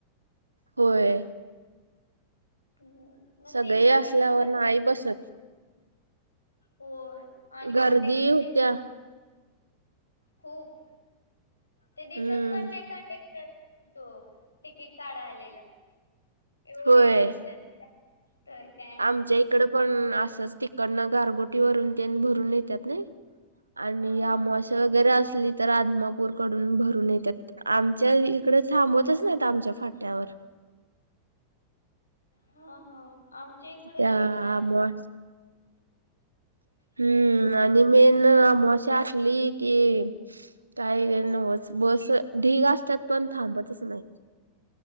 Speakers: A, on the right (about 80°); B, on the left (about 80°).
A: होय.
B: हम्म म सी
A: सगळे
B: बी एस
A: असल्यावर
B: कडं कसं
A: नाही बसत
B: होय. आणि
A: गर्दी
B: कंडक्टर
A: होत्या.
B: तेन खूप ते दिसत
A: हम्म.
B: पण नाही कंडेक्टर तो तिकीट काढाय आलेला एवढी
A: होय.
B: गरदी असते. तर काय
A: आमच्या इकडं पण असंच तिकडनं गारगोटी वरून तेन भरून येत्यात नाही. आणि
B: हा हा
A: अमावस्या वगैरे असली तर आदमापूरकडून भरून येत्यात. आमच्या इकडं थांबवतच नाहीत आमच्या फाट्यावर.
B: हा हा आमच्या इकडं
A: त्या
B: तरी काय
A: अमाव हम्म आणि मेन अमावश्या असली की काही गं नवच बस ढीग असतात पण थांबतच नाही.